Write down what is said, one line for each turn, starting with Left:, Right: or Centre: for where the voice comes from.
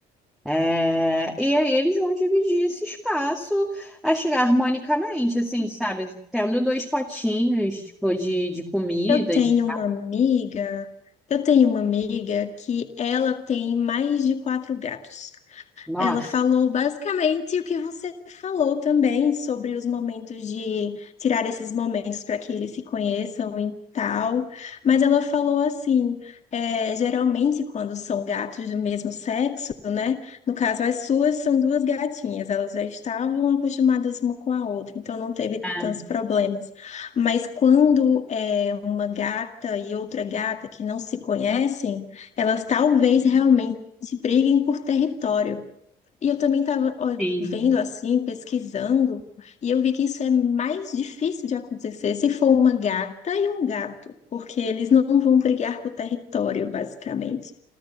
Centre: É, e aí eles vão dividir esse espaço, acho que harmonicamente, assim, sabe? Tendo dois potinhos, tipo, de, de comida,
Left: Eu tenho
Centre: de...
Left: uma amiga, eu tenho uma amiga que ela tem mais de quatro gatos.
Centre: Nossa.
Left: Ela falou basicamente o que você falou também sobre os momentos de tirar esses momentos para que eles se conheçam e tal. Mas ela falou assim: é, geralmente, quando são gatos do mesmo sexo, né? No caso, as suas são duas gatinhas, elas já estavam acostumadas uma com a outra, então não teve
Centre: Ah,
Left: tantos problemas. Mas quando é uma gata e outra gata que não se conhecem, elas talvez realmente briguem por território. E eu também estava
Centre: sim.
Left: vendo assim, pesquisando, e eu vi que isso é mais difícil de acontecer se for uma gata e um gato, porque eles não vão brigar por território, basicamente.